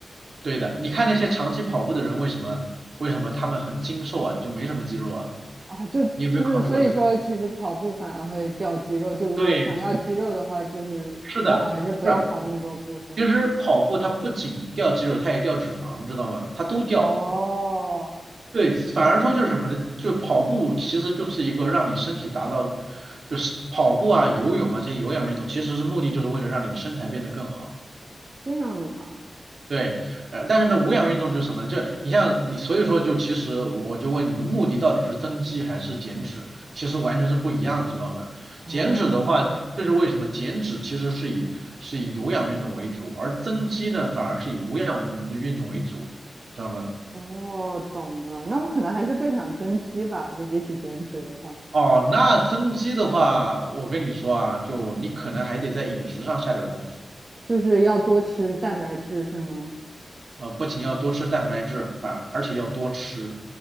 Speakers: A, on the right; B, on the right.
A: 对的。你看那些长期跑步的人，为什么为什么他们很精瘦啊，就没什么肌肉啊？
B: 啊，就就是所以说，
A: 你有没有考虑过这个？
B: 其实跑步反而会掉肌肉。就如果我想要肌肉的话，
A: 对，
B: 就是最好还是不要跑那么多步，
A: 是的，不是，
B: 是吗？
A: 其实跑步它不仅掉肌肉，它也掉脂肪，知道吗？它都掉。
B: 哦，
A: 对，反而说就是什么呢？就跑步其实就是一个让你身体达到，就是跑步啊、游泳啊这些有氧运动，其实是目的就是为了让你的身材变得更好。
B: 啊这样的嘛。
A: 对，呃，但是呢，无氧运动就是什么呢？就你像你，所以说就其实我就问你的目的到底是增肌还是减脂？其实完全是不一样的，知道吗？
B: 哦。
A: 减脂的话，这是为什么？减脂其实是以是以有氧运动为主，而增肌呢反而是以无氧运动运动为主，知道吗？
B: 哦，懂了。那我可能还是更想增肌吧，就比起减脂的话，
A: 哦，那增肌的话，我跟你说啊，就你可能还得在饮食上下点儿功夫，
B: 就是要多吃蛋白质，是吗？
A: 呃，不仅要多吃蛋白质，反而且要多吃，